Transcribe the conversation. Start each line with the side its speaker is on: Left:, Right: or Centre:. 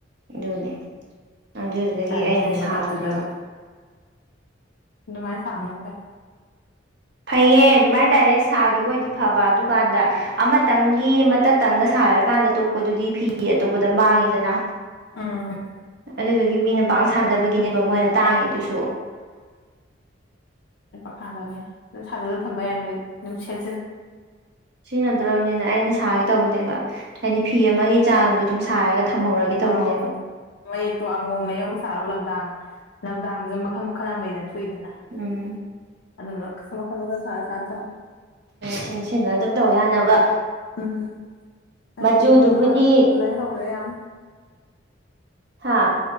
Right: ꯑꯗꯨꯅꯦ ꯑꯗꯨꯗꯨꯗꯒꯤ
Left: ꯀꯥꯏ
Right: ꯑꯩꯅ
Left: ꯃꯣꯏꯗꯤ
Right: ꯁꯥꯕꯅꯦꯕ
Left: ꯃꯇꯠꯇꯨꯗꯕꯨ ꯑꯗꯨꯃꯥꯏꯅ ꯁꯥꯅꯕꯨ ꯐꯩ
Right: ꯐꯩꯌꯦ ꯑꯗꯨꯃꯥꯏꯅ ꯗꯥꯏꯔꯦꯛ ꯁꯥꯈꯤꯕ ꯑꯣꯏꯗꯤ ꯐꯕ ꯑꯗꯨꯀꯥꯟꯗ ꯑꯃꯇꯪꯒꯤ ꯃꯇꯇꯪꯒ ꯁꯥꯔꯀꯥꯟꯗ ꯇꯣ ꯗꯨꯗꯤ ꯐꯤ ꯑꯇꯣꯞꯄꯗ ꯃꯥꯡꯉꯤꯗꯅ
Left: ꯎꯝ
Right: ꯑꯗꯨꯗꯨ ꯃꯤꯅ ꯄꯥꯡ ꯁꯥꯟꯅꯗꯕ ꯅꯦꯕ ꯃꯣꯏꯅ ꯇꯥꯡꯉ ꯑꯗꯨꯁꯨ
Left: ꯈꯥꯗꯕꯦ ꯑꯗꯨꯝ ꯁꯥꯖꯜꯂꯒ ꯊꯝꯕ ꯌꯥꯏ ꯅꯣꯏꯗꯤ ꯅꯨꯡꯁ
Right: ꯁꯤꯅꯗꯔꯕꯅꯤꯅ ꯑꯩꯅ ꯁꯥꯒ ꯇꯅꯦꯕ ꯍꯥꯏꯗꯤ ꯐꯤ ꯑꯃꯒꯤ ꯆꯥꯡ ꯑꯗꯨꯝ ꯊꯝꯍꯧꯔꯒꯦ ꯇꯧꯕꯅꯦꯕ
Left: ꯑꯥꯎ ꯃꯌꯦꯛꯇꯣ ꯑꯉꯣꯝ ꯃꯌꯧ ꯁꯥꯔꯣ ꯂꯝꯗꯥꯡ ꯂꯝꯗꯥꯡꯗꯁꯨ ꯃꯈꯜ ꯃꯈꯜ ꯌꯥꯝ ꯂꯩꯗꯅ ꯊꯣꯛꯏꯗꯅ
Right: ꯎꯝ
Left: ꯑꯗꯨ ꯃꯈ ꯈ ꯁꯥ ꯁꯥꯊꯝ
Right: ꯁꯤꯟ ꯁꯤꯕ ꯑꯗꯨꯝ ꯇꯧ ꯌꯥꯅꯕ
Left: ꯎꯝ ꯑꯩ
Right: ꯃꯆꯨꯗꯨꯕꯨꯗꯤ
Left: ꯂꯨꯍꯣꯡꯕ ꯂꯩ ꯍꯧꯔꯦ ꯌꯥꯝ
Right: ꯍꯥꯥ